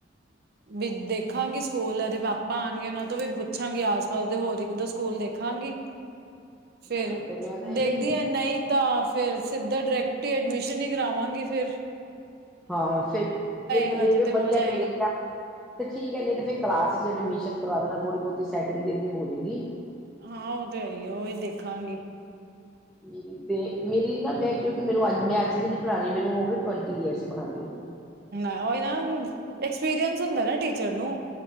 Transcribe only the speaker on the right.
ਵੀ ਦੇਖਾਂਗੀ ਸਕੂਲ ਏਦੇ ਪਾਪਾ ਆਣਗੇ ਉਨਾਂ ਤੋਂ ਵੀ ਪੁੱਛਾਂਗੀ ਆਸ-ਪਾਸ ਦੇ ਹੋਰ ਇੱਕ-ਦੋ ਸਕੂਲ ਦੇਖਾਂਗੀ। ਫੇਰ
ਦੇਖਦੀ
ਆ ਨਈ ਤਾਂ ਫੇਰ ਸਿੱਧਾ ਡਾਇਰੈਕਟ ਹੀ ਐਡਮਿਸ਼ਨ ਹੀ ਕਰਾਵਾਂਗੀ ਫੇਰ।
ਹਜੇ
ਤੇ ਹੋ
ਜਾਏਗੀ
ਹਾਂ ਓ ਤੇ ਹੈਈ ਏ ਓਈ ਦੇਖਾਂਗੀ।
ਨਾ ਓਈ ਨਾ ਐਕਸਪੀਰੀਅੰਸ ਹੁੰਦਾ ਨਾ ਟੀਚਰ ਨੂੰ।